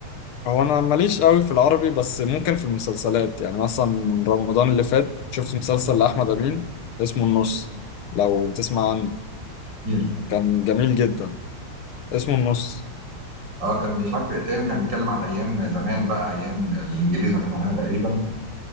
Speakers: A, on the left; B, on the right.
A: هو أنا ماليش قوي في العربي بس ممكن في المسلسلات يعني مثلا رمضان اللي فات شفت مسلسل لأحمد أمين اسمه النص لو تسمع عنه
B: جميل
A: كان جميل جدا اسمه النص
B: اه كان مش عارف تقريبا كان بيتكلم عن ايام زمان بقى ايام الانجليز ما كانوا هنا تقريبا